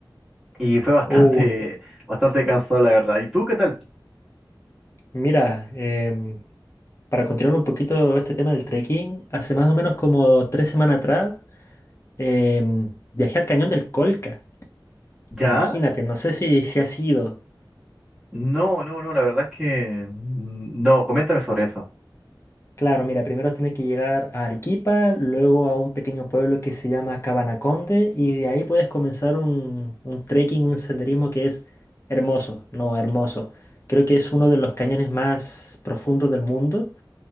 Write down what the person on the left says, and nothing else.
Uh,
mira, em, para continuar un poquito este tema del trekking, hace más o menos como tres semanas atrás em, viajé al Cañón del Colca.
Imagínate, no sé si, si has ido.
Claro, mira, primero tiene que llegar a Arequipa, luego a un pequeño pueblo que se llama Cabanaconde y de ahí puedes comenzar un, un trekking, un senderismo que es hermoso, no hermoso. Creo que es uno de los cañones más profundos del mundo